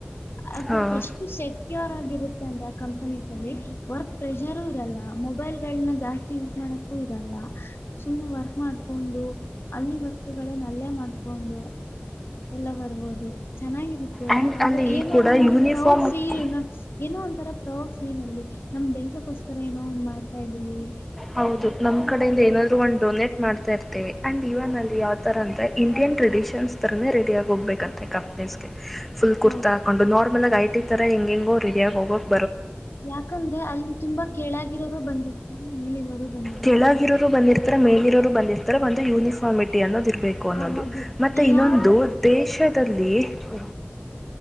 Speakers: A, on the left; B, in the centre.
A: ಅದು
B: ಹಾಂ
A: ಎಷ್ಟು ಸೆಕ್ಯೂರ್ ಆಗಿರುತ್ತೆ ಅಂದ್ರೆ ಕಂಪನೀಸ್ ಅಲ್ಲಿ ವರ್ಕ್ ಪ್ರೆಷರು ಇರಲ್ಲ ಮೊಬೈಲ್ಗಳನ್ನ ಜಾಸ್ತಿ ಯೂಸ್ ಮಾಡಕ್ ಇರಲ್ಲ ಸುಮ್ಮ್ನೆ ವರ್ಕ್ ಮಾಡ್ಕೊಂಡು ಅಲ್ಲಿ ವರ್ಕ್ ಗಳೇನ ಅಲ್ಲೇ ಮಾಡ್ಕೊಂಡು ಎಲ್ಲ ಬರ್ಬೋದು ಚೆನ್ನಾಗಿರುತ್ತೆ
B: ಆ್ಯಂಡ್
A: ಅಂದ್ರೆ
B: ಅಲ್ಲಿ ಕೂಡ
A: ಒಂದು
B: ಯೂನಿಫಾರ್ಮ್
A: ಪ್ರೌಡ್ ಫೀಲ್ ಏ ಒಂಥರ ಪ್ರೌಡ್ ಫೀಲ್ ಅಲ್ಲಿ ನಮ್ ದನ್ಸಕ್ಕೋಸ್ಕರ ಏನೋ ಒ್ ಮಾಡ್ತಾ ಇದೀವಿ
B: ಹೌದು ನಮ್ ಕಡೆಯಿಂದ ಏನಾದ್ೂ ಒಂದು್ ಡೊನೇಟ್ ಮಾಡ್ತಾ ಇರ್ತೀವಿ ಅಂಡ್ ಇವನ್ ಅಲ್ಲಿ ಯಾವ್ತರ ಅಂದ್ರೆ ಇಂಡಿಯನ್ ಟ್ರೆಡಿಷನ್ಸ್ ತರನೇ ರೆಡಿ ಆಗ ಹೋಗಬೇಕಂತೆ ಕಪ್ನೀಸ್ಗೆ ಫುಲ್ ಕುರ್ತಾ
A: ಹೌದು
B: ಹಾಕೊಂಡು ನಾರ್ ಆಮಲೆ ಐಟಿ ತರ ಹೆಂಗೆ ಹೆಂಗೋ ರೆಿಯ ಆ ಹೋಗಕ್
A: ಯಾಕಂದ್ರೆ ಅಲ್ಲಿ ತುಂಬಾ ಕೇಳಾಗಿರೋರು ಬಂದಿರ್ತಾರೆ ಮೇಲಿರೋರು ಬಂದಿರ್ತಾರೆ
B: ಕೆಳಗಿರೋರು ಬಂದಿರ್ತಾರೆ ಮೇಲಿರೋರು ಬಂದಿರ್ತಾರೆ ಒಂದು ಯೂನಿಫಾರ್ಮಿಟಿ ಅನ್ನೋದು ಇರ್ಬೇಕು ಅನ್ನೋದು
A: ಆ ಹೌದು
B: ಮತ್ತೆ
A: ಯಾರು
B: ಇನ್ನೊಂದು ದೇಶದಲ್ಲಿತ